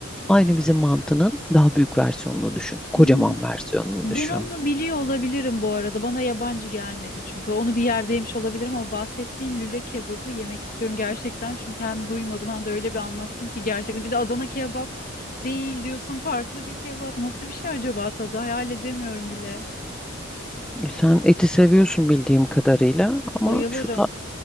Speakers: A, in the centre; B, on the left.
A: Aynı bizim mantının daha büyük versiyonunu düşün. Kocaman
B: Hmm,
A: versiyonunu
B: Ben
A: düşün.
B: onu biliyor olabilirim bu arada. Bana yabancı gelmedi çünkü. Onu bir yerde yemiş olabilirim ama bahsettiğin lüle kebabı yemek istiyorum gerçekten. Çünkü hem duymadım hem de öyle bir anlattın ki gerçekten. Bir de Adana kebap değil diyorsun farklı bir kebap. Nasıl bir şey acaba tadı? Hayal edemiyorum bile.
A: E, Sen eti seviyorsun bildiğim kadarıyla ama
B: Bayılırım.
A: şu da